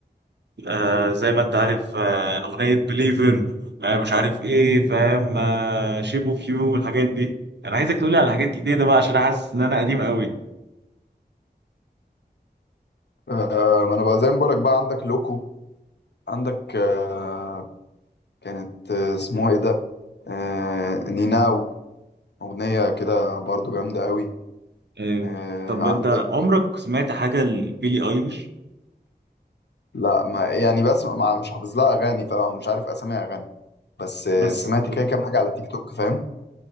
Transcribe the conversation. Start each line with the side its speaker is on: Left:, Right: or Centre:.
Right: آه زي ما انت عارف آه اغنيه بليفر آه مش عارف ايه فاهم آه شيب اوف يو والحاجات دي انا عايزك تقول لي على حاجات جديده بقى عشان حاسس ان انا قديم قوي
Left: آه ما انا بقى زي ما بقولك بقى عندك لوكو عندك آه كانت آه، اسمها ايه ده آه نيناو اغنيه كده برضو جامده قوي
Right: آه
Left: آه
Right: طب
Left: عندك
Right: انت عمرك سمعت حاجه لبيلي ايليش
Left: لا ما يعني بس ما مش حافظ لها اغاني فمش عارف اسامي اغاني بس آه،
Right: بس
Left: سمعت كده كام حاجه على تيك توك فاهم